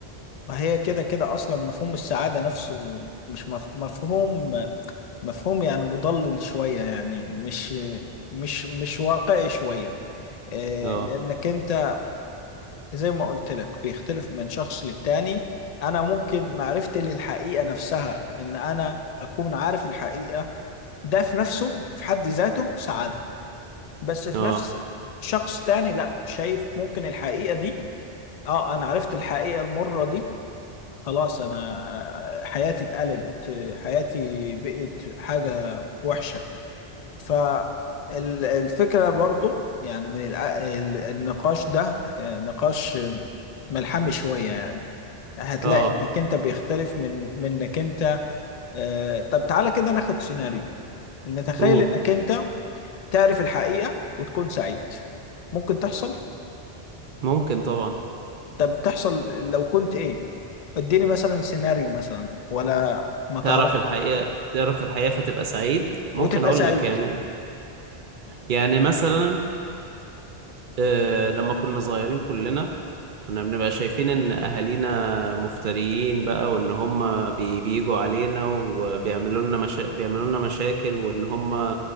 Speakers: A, on the left; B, on the right.
A: وهي كده كده اصلا مفهوم السعادة نفسه مش مف... مفهوم مفهوم يعني مضلل شوية يعني مش مش مش واقعي شوية آه،
B: اه
A: لأنك أنت زي ما قلت لك بيختلف من شخص للتاني أنا ممكن معرفتي للحقيقة نفسها إن أنا أكون عارف الحقيقة ده في نفسه في حد ذاته سعادة بس في
B: اه
A: نفس شخص تاني لا شايف ممكن الحقيقة دي أه أنا عرفت الحقيقة المرة دي خلاص أنا آه، حياتي اتقلبت آه، حياتي بقت حاجة وحشة فالفكرة برضو يعني من الع- ال- النقاش ده آه، نقاش آه، ملحمي شوية يعني هتلاقي
B: اه
A: انك انت بيختلف من من انك انت آه، طب تعالى كده ناخد سيناريو نتخيل
B: قول
A: انك انت تعرف الحقيقة وتكون سعيد ممكن تحصل
B: ممكن طبعا
A: طب تحصل لو كنت ايه اديني مثلا سيناريو مثلا ولا ما تعرف
B: تعرف الحقيقه تعرف الحقيقه فتبقى سعيد
A: وتبقى
B: ممكن اقول
A: سعيد
B: لك يعني يعني مثلا آه لما كنا صغيرين كلنا كنا بنبقى شايفين ان اهالينا مفتريين بقى وان هم بي بيجوا علينا وبيعملوا لنا مشا... بيعملوا لنا مشاكل وان هم